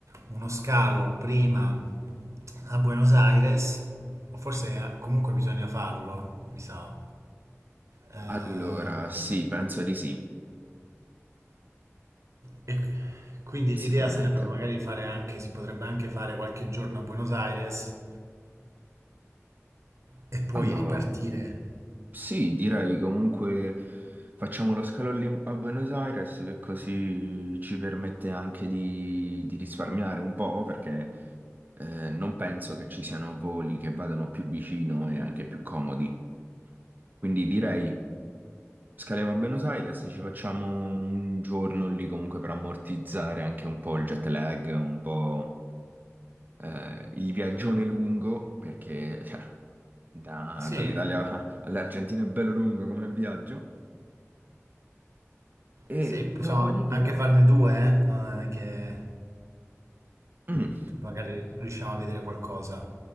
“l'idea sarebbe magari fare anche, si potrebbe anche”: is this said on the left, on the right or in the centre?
Right